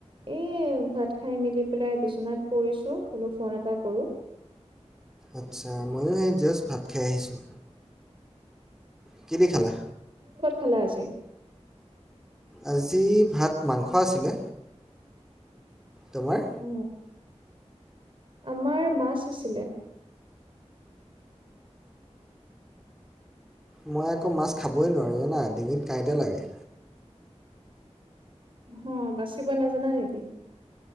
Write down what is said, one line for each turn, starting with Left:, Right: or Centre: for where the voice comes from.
Right: এ ভাত খাই মেলি পেলাই বিচনাত পিৰছো। ফোন এটা কৰো।
Centre: আচ্ছা ময়ো সেই জাষ্ট ভাত খাই আহিছোঁ। কি দি খালা।
Right: খেলা আছে
Centre: আজি ভাত মাংস আছিলে। তোমাৰ?
Right: অ আমাৰ মাছ আছিলে।
Centre: মই আকৌ মাছ খাবই নোৱাৰোঁ জানা, ডিঙিত কাঁইতে লাগে।
Right: হ বাচিব নাজানা নেকি?